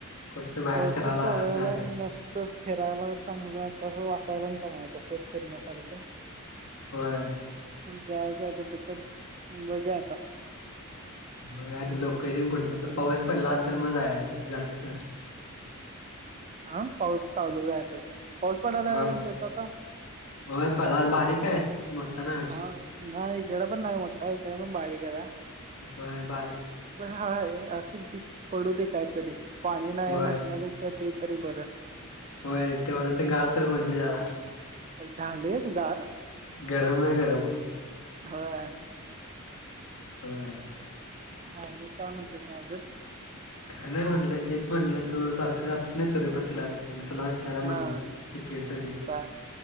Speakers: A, on the left; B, on the right.
A: कुठत बाहेर
B: पाऊस
A: फिरायला
B: पण चालू
A: जाय
B: झालाय,
A: पाहिजे
B: मस्त फिरायला चांगलं, आता बी वातावरण पण आहे तसंच फिरण्यासारखं
A: होय.
B: द्यायचंय कुठं तर, पण बघूया आता
A: बघ आता, लोकेशन कुठं तुमचं, पाऊस पडला, तर म जायाचं जास्त तर
B: हा, पाऊस चालूच हाय, असं पाऊस पडालाय
A: होय.
B: का तुमच्या इथं आता?
A: होय पडला बारीक आहे मोठा नाही अजून.
B: हा नाही इकडं पण नाही मोठ्ठा, इकडं पण बारीकच हाय
A: व्हय, बा
B: हा असू पडू दे कायतरी पाणी नाही
A: होय
B: नसण्यापेक्षा ते तरी बरं
A: होय तेवढं ते गार तर होन दे जरा
B: झालेयच गार
A: गरम म गरम
B: होय
A: होय
B: हा मी काय म्हणते त अजून
A: काय नाही म्हणलंय तेच म्हणलं तो सारखं सारखं जातोस ना तिरुपतीला तुला विचारय म्हणलं
B: हा
A: तिकेडच दे
B: चा